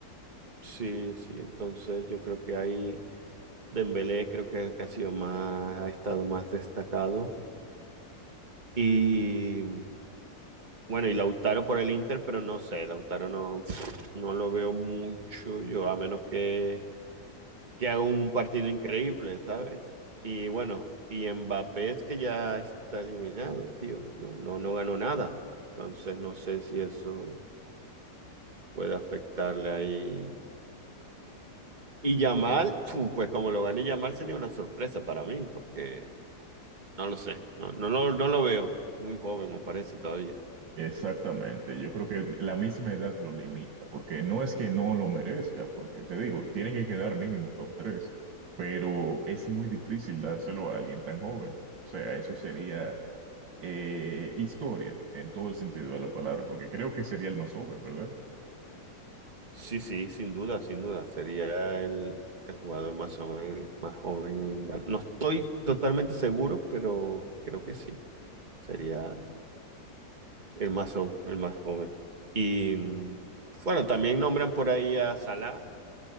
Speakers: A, on the right (about 25°); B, on the right (about 80°).
A: sí, sí, entonces yo creo que ahí Dembélé creo que es el que ha sido más ha estado más destacado y bueno, y Lautaro por el Inter, pero no sé, Lautaro no no lo veo mucho yo, a menos que que haga un partido increíble, ¿sabes? Y bueno, y Mbappé es que ya está eliminado, tío. No, no, no ganó nada. Entonces no sé si eso puede afectarle ahí. Y Yamal, fu, pues como lo gané Yamal sería una sorpresa para mí, porque no lo sé, no, no, no, no lo veo. Muy joven me parece todavía.
B: Exactamente, yo creo que la misma edad lo limita, porque no es que no lo merezca, porque te digo, tiene que quedar mínimo top 3, pero es muy difícil dárselo a alguien tan joven. O sea, eso sería eh, historia en todo el sentido de la palabra, porque creo que sería el más joven, ¿verdad?
A: Sí, sí, sin duda, sin duda. Sería el, el jugador más joven, más joven en gan- No estoy totalmente seguro, pero creo que sí. Sería el más, jo- el más joven. Y mm, bueno, también nombran por ahí a Salah,